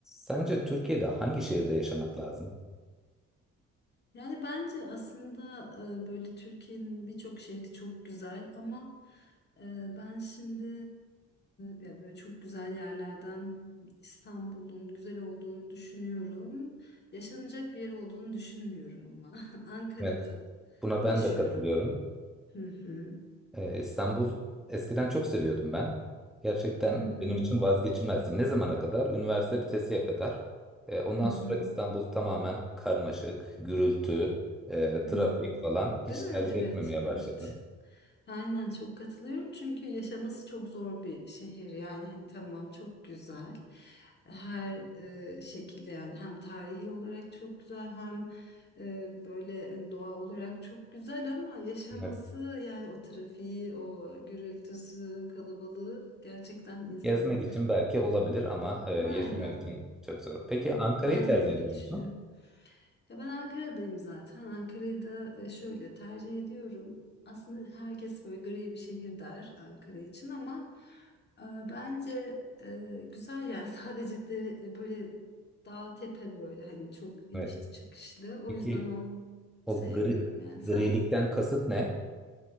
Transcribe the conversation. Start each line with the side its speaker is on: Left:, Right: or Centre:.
Centre: Sence Türkiye'de hangi şehirde yaşamak lazım?
Left: Yani bence aslında e, böyle Türkiye'nin birçok şehri çok güzel ama e, ben şimdi e, ya böyle çok güzel yerlerden İstanbul'un güzel olduğunu düşünüyorum. Yaşanacak bir yer olduğunu düşünmüyorum ama <laughs> Ankara'da
Centre: Evet. Buna ben
Left: yaşıyorum.
Centre: de katılıyorum.
Left: Hı hı.
Centre: Ee, İstanbul eskiden çok seviyordum ben. Gerçekten
Left: Hı hı.
Centre: benim için vazgeçilmezdi. Ne zamana kadar? Üniversite bitesiye kadar. Ee, ondan
Left: Hı hı.
Centre: sonra İstanbul tamamen karmaşık, gürültü, e,
Left: Hı
Centre: trafik
Left: hı.
Centre: falan hiç
Left: Değil mi?
Centre: tercih
Left: Evet,
Centre: etmemeye
Left: evet.
Centre: başladım.
Left: Aynen çok katılıyorum çünkü yaşaması çok zor bir şehir yani hani tamam çok güzel her e, şekilde yani hem tarihi olarak çok güzel hem e, böyle hani doğa olarak çok güzel ama yaşaması
Centre: Evet.
Left: yani o trafiği o gürültüsü kalabalığı gerçekten insanı
Centre: Gezmek için belki olabilir ama e, yaşamak
Left: aynen
Centre: için çok zor. Peki
Left: ben
Centre: Ankara'yı
Left: ben
Centre: tercih
Left: de öyle
Centre: ediyor
Left: düşünüyorum.
Centre: musun?
Left: Ya ben Ankara'dayım zaten. Ankara'yı da e, şöyle tercih ediyorum. Aslında herkes böyle gri bir şehir der Ankara için ama e, bence e, güzel yani <laughs> sadece de e, böyle dağ tepe böyle hani çok inişli
Centre: Evet.
Left: çıkışlı. O
Centre: Peki
Left: yüzden onu
Centre: o
Left: sevmiyorum
Centre: gri,
Left: yani sen.
Centre: grilikten kasıt ne?